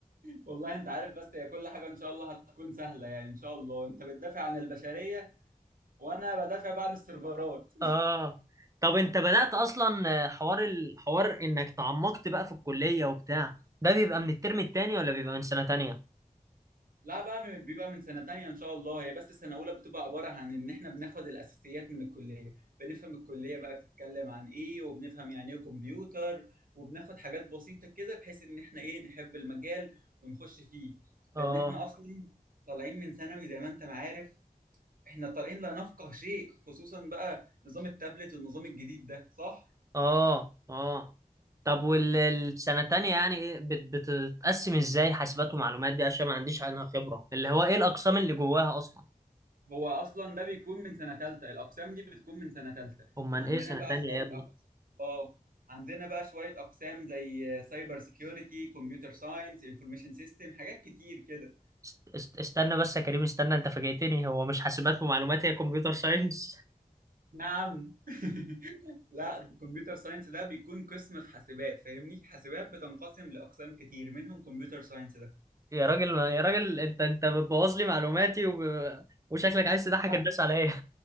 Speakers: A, on the right; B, on the right.
A: والله انت عارف بس هي كل حاجه ان شاء الله هتكون سهله يعني ان شاء الله انت بتدافع عن البشريه وانا بدافع بقى عن السيرفرات
B: اه طب انت بدأت اصلا حوار الحوار انك تعمقت بقى في الكلية وبتاع ده بيبقى من الترم التاني ولا بيبقى من سنة تانية
A: لا بقى من- بيبقى من سنه تانية ان شاء الله هي بس سنه اولى بتبقى عباره عن ان احنا بناخد الاساسيات من الكليه بنفهم الكليه بقى بتتكلم عن ايه وبنفهم يعني ايه كمبيوتر وبناخد حاجات بسيطه كده بحيث ان احنا ايه نحب المجال ونخش فيه لان
B: اه
A: احنا اصلا طالعين من ثانوي زي ما انت ما عارف احنا طالعين لا نفقه شيء خصوصا بقى نظام التابلت والنظام الجديد ده صح
B: اه اه طب والسنة التانية يعني ايه بت- بتتقسم ازاي حاسبات ومعلومات دي عشان ما عنديش عنها خبرة اللي هو ايه الأقسام اللي جواها اصلا
A: هو اصلا ده بيكون من سنه ثالثه الاقسام دي بتكون من سنه ثالثه
B: امال
A: عندنا
B: ايه سنة
A: بقى
B: تانية
A: شويه
B: يا ابني
A: اقسام اه عندنا بقى شويه اقسام زي سايبر سيكيورتي كمبيوتر ساينس انفورميشن سيستم حاجات كتير كده
B: است- است- استنى بس يا كريم استنى انت فاجئتني هو مش حاسبات ومعلومات هي كمبيوتر ساينس
A: نعم <laughs> لا ده الكمبيوتر ساينس ده بيكون قسم في حاسبات فاهمني حاسبات بتنقسم لاقسام كتير منهم كمبيوتر ساينس ده
B: <laughs> يا راجل يا راجل انت انت بتبوظ لي معلوماتي وب... وشكلك عايز تضحك
A: لا
B: الناس عليا